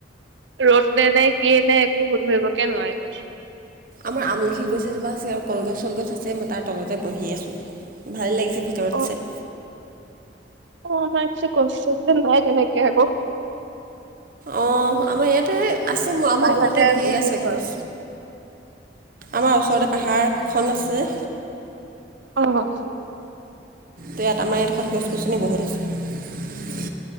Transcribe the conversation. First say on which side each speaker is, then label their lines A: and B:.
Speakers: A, on the right; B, on the right.
A: ৰ'দ নে নাই কিয় নাই একো ধৰিব কে নোৱাৰি।
B: আমাৰ আমলখি গছ এজোপা আছে কলগছ চলগছ আছে মই তাৰ তলতে বহি আছোঁ ভাল লাগিছে। ভিতৰত
A: অ
B: আছে
A: অ', আমাৰ কিছু কনচ নাই তেনেকে আকৌ।
B: অ', আমাৰ ইয়াতে আছে মোৰ আমাৰ
A: বাহিৰতে
B: ঘৰতে ঢেৰ
A: বহি
B: আছে
A: আছো
B: গছ।
A: আৰু
B: আমাৰ ওচৰতে পাহাৰখন আছে।
A: অ',
B: তে ইয়াত আমাৰ এইডখত গছ গছনি বহুত আছে।